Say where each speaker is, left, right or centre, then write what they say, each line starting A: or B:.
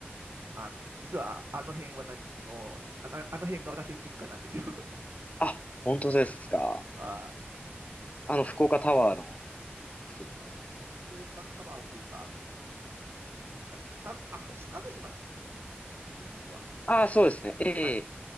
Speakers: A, on the right; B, on the left.
A: あの、実はあの辺私の、あの、あの辺が私の実家なんですよ。
B: あ、本当ですか。
A: <laughs> はい。
B: あの、
A: あそ、
B: 福岡タワーの付近の。
A: 福岡タワーというか、その、あれ鹿、あそこ鹿の島でしたっけ金印は。
B: ああ、そうですね。ええ、
A: はい。